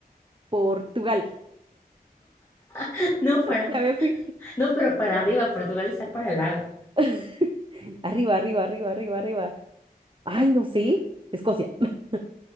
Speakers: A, on the right; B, on the left.
A: Portugal.
B: <laughs> no, para
A: Ya me fui.
B: No, pero para arriba, Portugal está para el lado.
A: <laughs> Arriba, arriba, arriba, arriba, arriba. Ay, no sé. Escocia. <laughs>